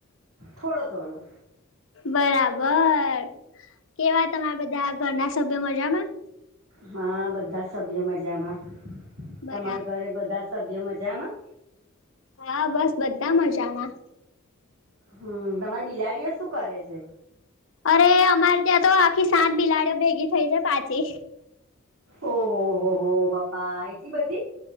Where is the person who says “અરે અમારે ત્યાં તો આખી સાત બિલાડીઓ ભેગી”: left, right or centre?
Left